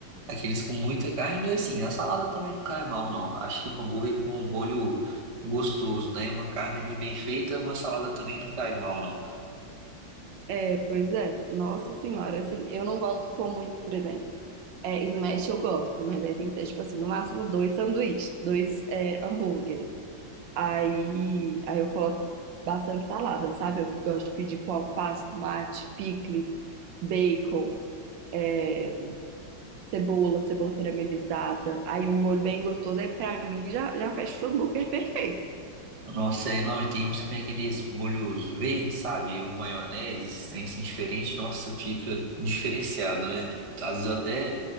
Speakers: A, on the right; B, on the right.
A: aqueles com muita carne, mas assim, a salada também não cai mal, não. Acho que um hambúrguer com um molho gostoso, né? Uma carne ali bem feita, uma salada também não cai mal, não.
B: É, pois é. Nossa senhora, assim, eu não gosto com muito, por exemplo, é, smash eu gosto, mas aí tem que ser, tipo assim, no máximo dois sanduíches, dois é, hambúrgueres. Aí, aí eu coloco bastante salada, sabe? Eu gosto de pedir com alface, tomate, picles, bacon, é, cebola, cebola caramelizada. Aí um molho bem gostoso, aí pra mim já, já fecha o hambúrguer <laughs> perfeito.
A: Nossa, é, não, e tem uns que tem aqueles molhos verdes, sabe? O maionese, esses trem assim diferente, nossa, fica diferenciado, né? Às vezes eu até